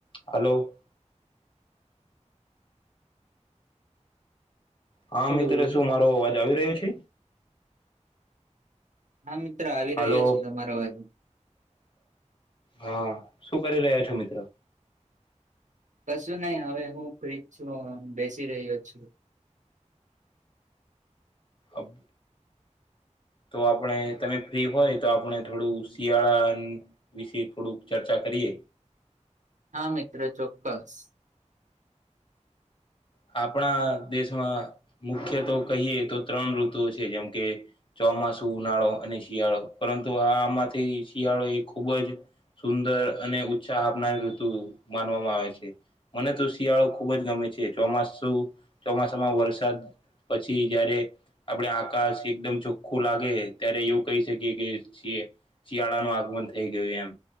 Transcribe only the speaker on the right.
હલો
હા મિત્ર આવી રહ્યો
છે તમારો અવાજ.
કશું નહી હવે હું ફ્રીજ છું હવે હું બેસી રહ્યો છું.
હા મિત્ર ચોક્કસ.